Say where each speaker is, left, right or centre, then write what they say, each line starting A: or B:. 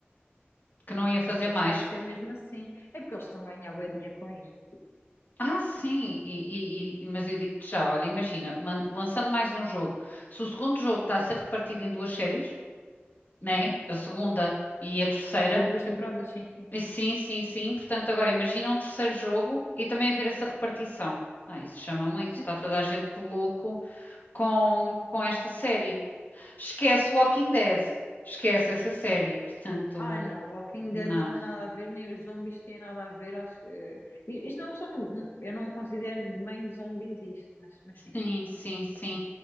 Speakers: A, on the left; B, on the left.
A: que não ia fazer
B: não sei
A: mais.
B: se vai ser mesmo assim. É porque eles estão a ganhar bem dinheiro com isto.
A: Ah, sim, e, e- e- mas eu digo-te já, olha, imagina, man- lançando mais um jogo. Se o segundo jogo está a ser repartido em duas séries, né?
B: Uhum.
A: A segunda e a terceira.
B: Eh, Duas temporadas, sim, sim.
A: E Sim, sim, sim. Portanto, agora imagina um terceiro jogo e também haver essa repartição. Ah, isso chama muito,
B: Sim.
A: está toda a gente louco com, com esta série. Esquece Walking Dead, esquece essa série. Portanto,
B: Ai não, Walking
A: não,
B: Dead não tem nada a ver, nem os zombies têm nada a ver. Acho que. eh, Isto não são. Eu não considero bem zombies isto, mas, mas sim.
A: sim, sim, sim.